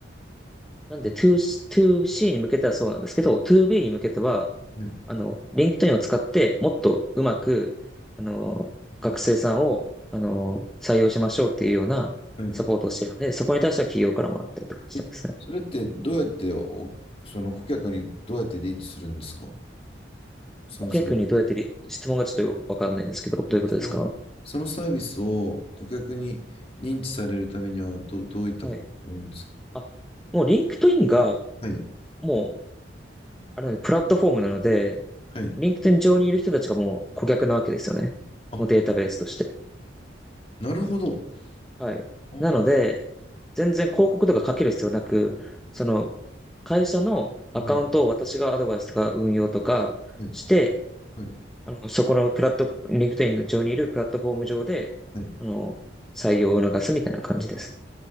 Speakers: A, in the centre; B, on the left (about 30°).
A: なんで
B: あ
A: 2C、2C に向けてはそうなんですけど、2B に向けては、
B: はい。
A: あの、LinkedIn を使ってもっとうまく、あの、
B: うん
A: 学生さんを、あの、採用しましょうっていうようなサポートをしてるので、
B: はい。
A: そこに対しては企業からもらったりとかしてますね。
B: え、それってどうやってお、その顧客にどうやってリーチするんですかそのサービス。
A: 顧客にどうやってり、質問がちょっとよくわかんないんですけど、どういうことですか
B: その、そのサービスを顧客に認知されるためにはど、どういった方法があるんですか
A: はい。あ、もう LinkedIn が、
B: はい、
A: もう、あれはねプラットフォームなので、
B: はい。
A: LinkedIn 上にいる人たちがもう顧客なわけですよね。
B: あ、
A: もうデータベースとして。
B: なるほど。
A: はい。
B: あー、
A: なので、全然広告とかかける必要なく、その、会社のアカウントを私がアドバイスとか運用とかして、
B: うん、はい、はい、
A: あの、そこのプラット、LinkedIn 上にいるプラットフォーム上で、
B: はい。
A: あの、採用を促すみたいな感じです。